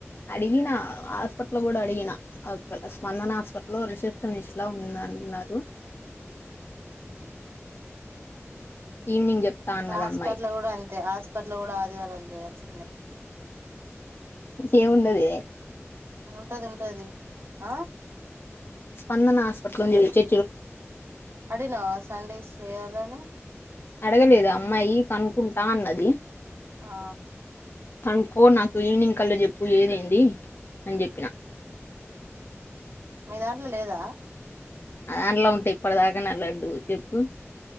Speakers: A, on the left (about 50°); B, on the right (about 50°).
A: అడిగినా హాస్పిటలో గుడా అడిగిన అక్కడ స్పందన హాస్పిటలో రిసెప్షనిస్ట్ లా ఉందన్ ఉన్నారు ఈవినింగ్ చెప్తా అన్నది
B: ఆ హాస్పట్ల
A: అమ్మాయి
B: గుడ అన్ తే హాస్పిట్ల గుడా ఆదివారాల్ జెయాల్సిందే
A: ఏం ఉన్నదే
B: ఉంటదుంటది ఆ
A: స్పందన హాస్పట్లోనే చూయించు
B: అడిగినవా సండేస్ చేయాలని
A: అడగలేదు అమ్మాయి కనుక్కుంటా అన్నది
B: ఆ
A: కనుక్కో నాకు ఈవినింగ్ కల్లా చెప్పు ఏదైంది అని జెప్పిన
B: మీ దాంట్లో లేదా
A: నా దాంట్లో ఉంటె ఇప్పటి దాకనా లడ్డూ చెప్పు